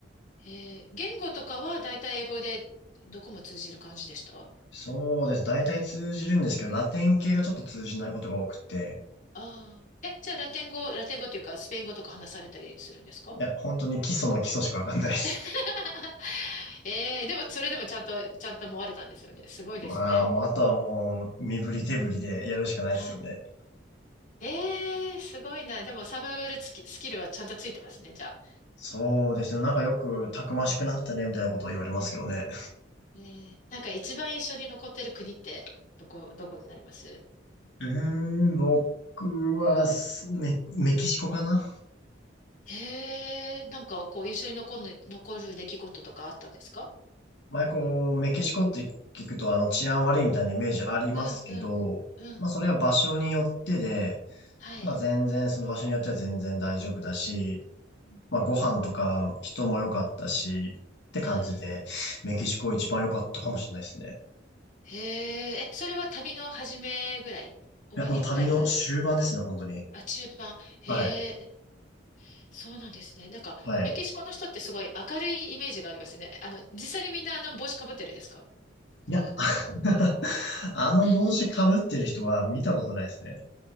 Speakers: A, on the left; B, on the left.
A: えー、言語とかはだいたい英語でどこも通じる感じでしたあ
B: そうです。大体通じるんですけど、ラテン系がちょっと通じないことが多くて、
A: あー。え、じゃあラテン語、ラテン語っていうかスペイン語とか話されたりするんですか
B: いや、本当に基礎の基礎しかわかんないです。
A: <laughs> ええでもそれでもちゃんと、ちゃんと思われたんですよね。すごいですね。
B: まあ、もう、あとはもう、身振り手振りでやるしかないですよね。
A: はい。ええすごいな。でもサバイバルつきスキルはちゃんとついてますね、じゃあ。
B: そうですね。なんかよく、たくましくなったね、みたいなことを言われますけどね。
A: ええなんか一番印象に残ってる国ってどこ、どこになります
B: うーん、僕はす、メ、メキシコかな
A: へえ、なんかこう印象に残る、残る出来事とかあったんですか
B: 前、こう、メキシコって聞くと、あの、治安悪いみたいなイメージありますけど、
A: うんうん。うん。
B: まあ、それは場所によってで、
A: はい。
B: まあ、全然、その場所によっては全然大丈夫だし、
A: うん
B: まあ、ご飯とか人も良かったし、って感じで、
A: はい。
B: メキシコ一番良かったかもしれないですね。
A: へえ、え、それは旅の始めぐらい終わりぐらい
B: や、もう旅の終盤ですね、本当に。
A: あ、中盤。へえ、
B: はい。
A: そうなんですね。なんか、
B: はい。
A: メキシコの人ってすごい明るいイメージがありますよね。あの、実際にみんなあの帽子かぶってるんですか
B: いや、<laughs> あの帽子被ってる人は見たことないですね。